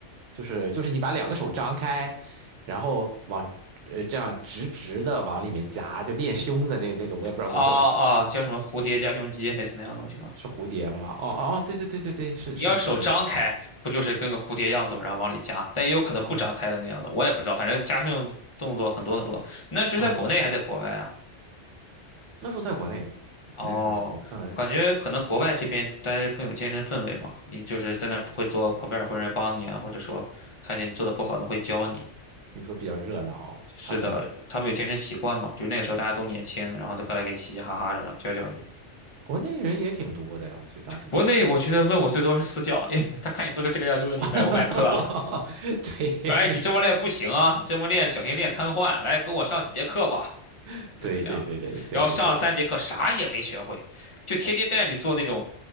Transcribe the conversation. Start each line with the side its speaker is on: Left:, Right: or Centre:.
Right: 就是就是你把两个手张开。然后往呃这样直直的往里面夹，就练胸的那那个，我也不知道那叫什么，
Left: 啊啊，叫什么蝴蝶夹胸肌，类似那样的东西吗？
Right: 是蝴蝶吗？哦哦哦，对对对对对，是是是那个，
Left: 你要手张开，
Right: 嗯
Left: 不就是跟个蝴蝶样子嘛，然后往里夹？但也有可能不张开的那样的，
Right: 哦
Left: 我也不知道。反正夹胸动作很多很多。那时候在国内还是在国外啊？
Right: 嗯，那时候在国内，
Left: 哦，
Right: 那时候红，嗯，
Left: 感觉可能国外这边大家更有健身氛围嘛。你就是在那儿不会做，旁边儿会有人帮你啊，或者说看见你做的不好的会教你。
Right: 你说比较热闹，
Left: 是的，
Right: 他们
Left: 他们有健身习惯嘛？就是那个时候大家都年轻，然后都过来给你嘻嘻哈哈的，然后教教你。
Right: 国内人也挺多的呀，我觉得当时也热闹，
Left: 国内我觉得问我最多是私教，哎，他看你做成这个样就问你买不买课了，
Right: <laughs> 对
Left: 说哎你这么练不行啊，你这么练小心练瘫痪，来跟我上几节课吧，
Right: <laughs>
Left: 类似这样的。
Right: 对对对对对对对对，
Left: 然后上了三节课啥也没学会，就天天带着你做那种，